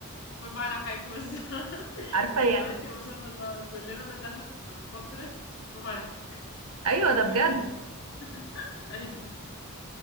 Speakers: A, on the left; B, on the right.
A: في فرحك بالظبط <laughs>
B: <laughs> عارفة
A: ودلوقتي
B: يعني
A: ما شاء الله كلنا دخلنا في في فقرة في فرحك
B: أيوه ده
A: كل
B: بجد.
A: الناس <laughs> ايوه